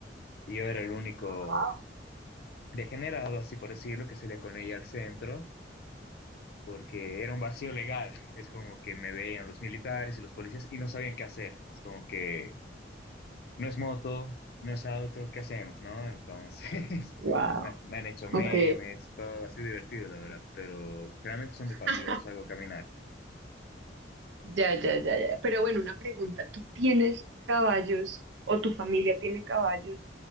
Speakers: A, on the left; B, on the right.
A: Y yo era el único
B: Ah, wow.
A: degenerado, así por decirlo, que salía con ella al centro porque era un vacío legal. Es como que me veían los militares y los policías y no sabían qué hacer. Es como que no es moto, no es auto, ¿qué hacemos, no? Entonces,
B: Wow.
A: <laughs> me, me han hecho memes,
B: Ok.
A: todo, ha sido divertido, la verdad, pero realmente son de paso,
B: <laughs>
A: yo los hago caminar.
B: Ya, ya, ya, ya. Pero bueno, una pregunta. ¿Tú tienes caballos o tu familia tiene caballos